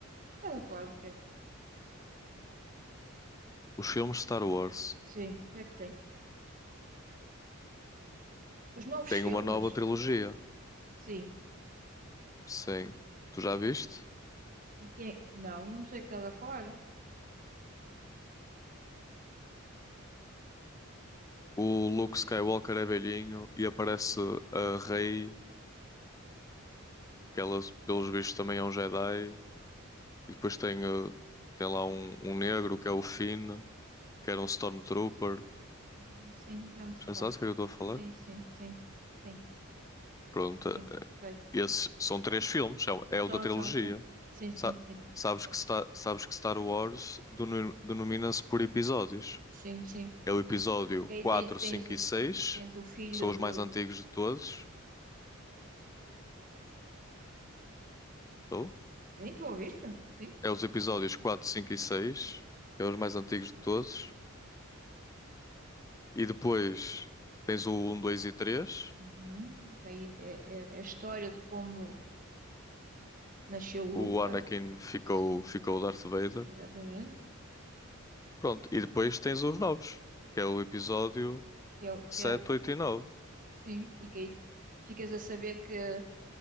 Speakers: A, on the right; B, on the left.
A: Estás a falar do quê?
B: Os filmes de Star Wars
A: Sim, o que é que tem? Os novos
B: têm
A: filmes?
B: uma nova trilogia.
A: Sim.
B: Sim. Tu já viste?
A: E quem? Não, não sei o que estás a falar.
B: O Luke Skywalker é velhinho e aparece a Rey, que ela, pelos bichos também é um Jedi. E depois tem, eh, tem lá um, um negro
A: Ah,
B: que é o Finn, que era um
A: já-
B: Stormtrooper.
A: ah, sim, já me recordo.
B: Já sabes o que é que eu estou a falar?
A: Sim, sim, sim. sim.
B: Pronto,
A: Sim, sei.
B: esses são três filmes, é, o é
A: Só,
B: o da trilogia.
A: só, só. Sim, sim,
B: Sa-
A: sim.
B: sabes
A: Sim,
B: que, Star, sabes que Star Wars denu- denomina-se por episódios.
A: sim, sim.
B: É o episódio
A: E aí
B: 4
A: tem- tens,
B: 5
A: o,
B: e 6
A: tens o filho
B: que são os
A: do.
B: mais antigos de todos. Estou?
A: Sim, tu ouviste? Sim.
B: É os episódios 4 5 e 6 que é os mais antigos de todos. E depois tens o um dois e três
A: Uhum. Que aí é, é, é a história de como nasceu o
B: O
A: Luca.
B: Anakin
A: e-
B: ficou,
A: Sim,
B: ficou Darth Vader.
A: exatamente.
B: Pronto, e depois tens os novos, que é o episódio
A: Que é, o- que
B: sete
A: é,
B: oito e nove
A: sim, e que aí ficas a saber que.